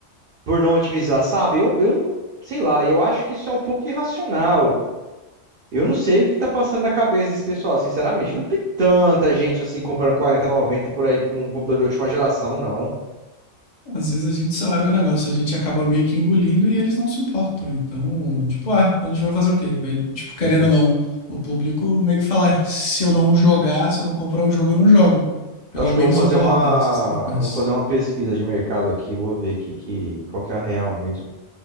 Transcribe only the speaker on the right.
por não otimizar, sabe? Eu, eu não sei lá, eu acho que isso é um pouco irracional. Eu não sei o que tá passando na cabeça desse pessoal, sinceramente. Não tem tanta gente assim comprando quarenta, noventa por aí com um computador de última geração, não.
É.
Eu acho
que eu vou fazer
uma,
vou fazer uma pesquisa de mercado aqui, vou ver aqui que qual que é a real mesmo.